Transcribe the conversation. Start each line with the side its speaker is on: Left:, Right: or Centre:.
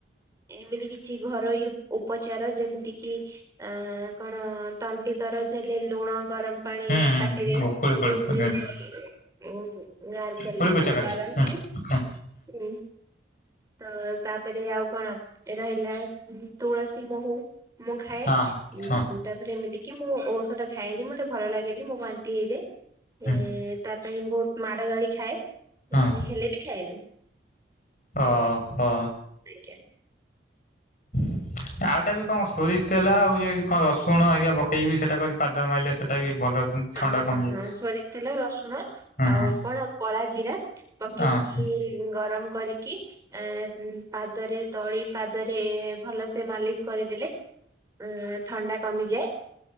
Right: ଏମିତି କିଛି ଘରୋଇ ଉପଚାର ଯେମିତି କିି ଆ କଣ ତଣ୍ଡି ଦରଜ ହେଲେ ଲୁଣ ଗରମ ପାଣି
Left: ହୁଁ
Right: ପାଟିରେ
Left: ହୁଁ। କୋଳି କୋଳି
Right: ଜଉ ପୁରେଇକି ଓହୋ ଗରଗଲିଙ୍ଗ
Left: କୋଳି ପୋଛା କରିଦେ
Right: କରନ୍ତି।
Left: ହୁଁ ହୁଁ
Right: ହୁଁ। ତ ତାପରେ ଆଉ କଣ ରହିଲା ତୁଳସୀ ମହୁ ମୁଁ ଖାଏ
Left: ହଁ
Right: ଉଁ
Left: ହଁ
Right: ତାରେ ଏମିତି କି! ମୁଁ ଔଷଧ ଖାଏନି। ମତେ ଭଲ ଲାଗେନି ମୋ ବାନ୍ତି ହେଇଯାଏ।
Left: ହୁଁ।
Right: ଏ ତା ପାଇଁ ବହୁତ ମାଡ ଗାଳି ଖାଏ।
Left: ହଁ
Right: <unintelligible> ଖାଏନୀ ଆଜ୍ଞା।
Left: ଓହୋ <inaudible> ଆଉଟା ବି କଣ ସୋରିଷ ତେଲ ଆଉ ଯଦି କଣ ରସୁଣ ହେରିକା ପକେଇକିବି, ସେଇଟା ପାଦର ମାରିଲେ ସେଇଟା ବି ଭଲ। ଥଣ୍ଡା
Right: ହଁ,
Left: କମିଯାଏ।
Right: ହଁ, ହଁ ସୋରିଷ ତେଲ, ରସୁଣ
Left: ହଁ
Right: ଆଉ କଣ କଳା ଜିରା। ପକେଇକି
Left: ହଁ
Right: ଗରମ କରିକି। ଏଁ ପାଦରେ ତଳି ପାଦରେ ଭଲସେ ମାଲିସ୍ କରିଦେଲେ। ଅ ଥଣ୍ଡା କମିଯାଏ